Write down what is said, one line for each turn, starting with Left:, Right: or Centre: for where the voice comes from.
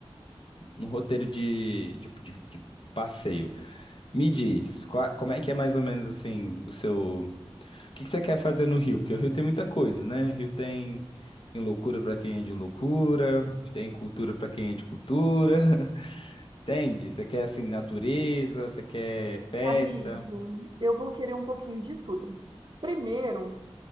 Left: num roteiro de, de, de- de passeio. Me diz, qua- como é que é mais ou menos assim o seu. O que que você quer fazer no Rio? Porque o Rio tem muita coisa, né? O Rio tem, tem loucura pra quem é de loucura, tem cultura pra quem é de cultura. <laughs> Entende? Você quer assim natureza, você quer festa.
Right: Amigo, eu vou querer um pouquinho de tudo. Primeiro,